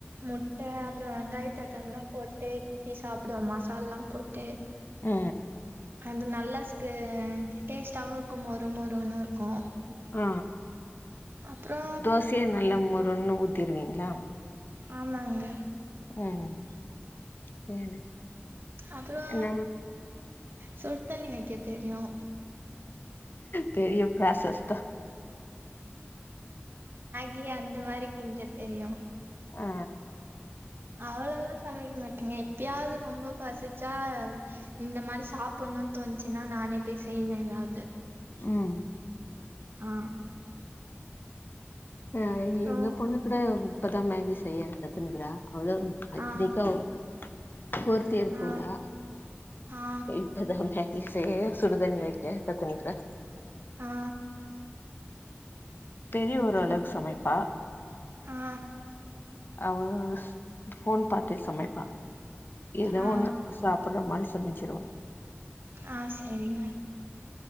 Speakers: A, on the right; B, on the left.
A: முட்ட அப்புற வெங்காய தக்காள எல்லா போட்டு கிண்டி சாப்டுவோ மசால எல்லா போட்டு
B: ம்
A: அது நல்லா ஸ்கு டேஸ்ட்டாவு இருக்கு மொறு மொறுன்னு இருக்கு
B: ஆ
A: அப்றோ
B: தோசயே நல்லா மொருன்னு ஊத்திருவீங்களா
A: ஆமாங்க
B: ம் செரி
A: அப்றோ
B: என்ன
A: சுடு தண்ணி வைக்க தெரியு
B: பெரிய ப்ராசஸ்தா
A: கு அந்த மாரி கிண்ட தெரியு
B: ஆ
A: அவ்வளளா சமைக்க மாட்டேங்க எப்பயாவது ரொம்ப பசிச்சா இந்த மாரி சாப் புனுன் தோணுச்சுன்னா நானே போய் செய்வே ஏதாவது
B: ம்
A: ஆ
B: ஆ
A: அப்றோ
B: எங்க பொண்ணு கூட இப்பதா மேகி செய்ய கத்துன்னுக்குறா அவ்ளோ அத்திரிக்காவு
A: ஆ
B: ஃபோர்த் இயர்
A: ஆ
B: போறா
A: ஆ
B: இப்பதா மேகி செய்ய சுடுதண்ணி வைக்க நோட் பண்ணிக்கிறே
A: ஆ
B: பெரிய ஒரு அளவு
A: அப்றோ
B: சமைப்பா
A: ஆ
B: அவ ஃபோன் பாத்தே சமைப்பா ஏதோ
A: ஆ
B: ஒண்ணு சாப் புர்ற மாரி சொல்லிச்சிருவோ
A: ஆ செரிங்க